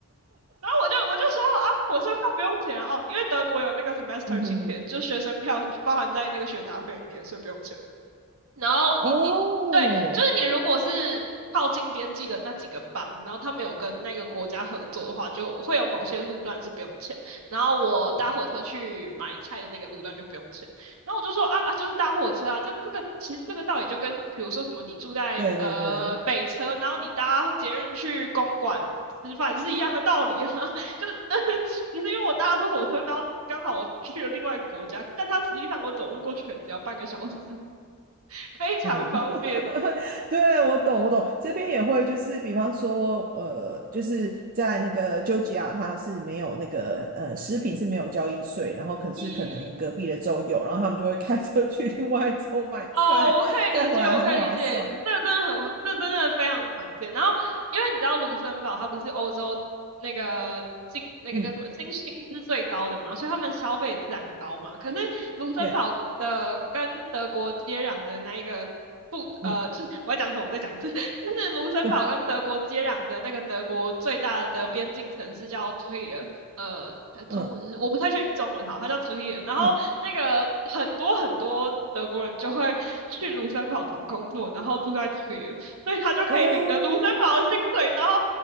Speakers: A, on the right; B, on the right.
A: 然后我就我就说啊，火车票不用钱啊，哦，因为德国有那个 semester
B: 嗯哼哼，
A: ticket，就学生票包含在那个学杂费里面，所以不用钱。然后你你对，
B: 哦，
A: 就是你如果是靠近边际的那几个邦，然后他没有跟那个国家合作的话，就会有某些路段是不用钱。然后我搭火车去买菜的那个路段就不用钱。然后我就说啊啊，就是搭火车啊，这这个其实这个道理就跟比如说什么你住在呃北车，
B: 对对对，
A: 然后你搭捷运去公馆吃饭是一样的道理啊，<laughs> 就是呃 <laughs> 只是因为我搭的是火车，然后刚好我去了另外一个国家，但它实际上我走路过去可能只要半个小时。<laughs> 非常方便。
B: 哦，<laughs> 对，我懂我懂，这边也会就是，比方说，呃，就是在那个丘吉亚，它是没有那个呃食品是没有交易税，然后可是可能隔壁的州有，
A: 嗯，
B: 然后他们就会开车去另外一州买菜，
A: 哦，我可以理解，
B: 再回来还划算，
A: 我可以理解，这真的很，这真的非常常见。然后，因为你知道卢森堡它不是欧洲那个金那个叫什么薪薪资最高的嘛，
B: 嗯，
A: 所以他们消费自然高嘛。可是卢森堡的跟德国接壤的那一个不呃，
B: 耶，嗯，
A: 就是我要讲什么，我再讲一次，<laughs> 就是卢森堡跟德国接壤的那个德国最大的边境城市叫
B: 对，
A: Trier，呃，呃中文是我不太确定中文，
B: 嗯
A: 好，它叫 Trier。然后那个很多很多德国人就会。
B: 嗯，嗯
A: 去卢森堡找工作，然后住在这里所以他就可以领着卢森堡的薪水，
B: 哦。
A: 然后